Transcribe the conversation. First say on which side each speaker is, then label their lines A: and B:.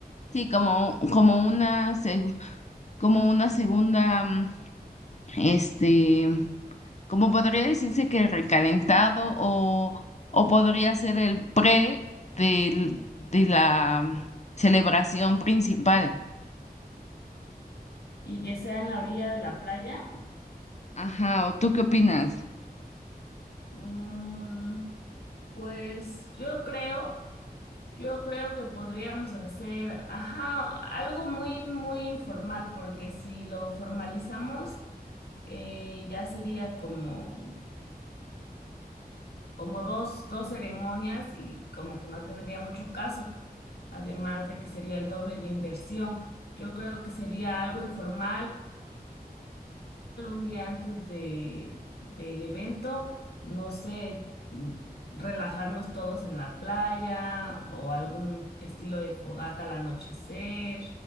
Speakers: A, on the left; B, on the left.
A: Sí, como, como una, seg- como una segunda, mm, este, como podría decirse que recalentado o, o podría ser el pre del, de la mm, celebración principal.
B: ¿Y que sea en la orilla de la playa?
A: Ajá, ¿o tú qué opinas?
B: Mm, pues yo creo. Yo creo que podríamos hacer, ajá, algo muy, muy informal, porque si lo formalizamos, eh, ya sería como, como dos, dos ceremonias y como que no tendría mucho caso, además de que sería el doble de inversión. Yo creo que sería algo informal, un día antes de, del evento, no sé, mm, relajarnos todos en la playa o algún estilo de fogata al anochecer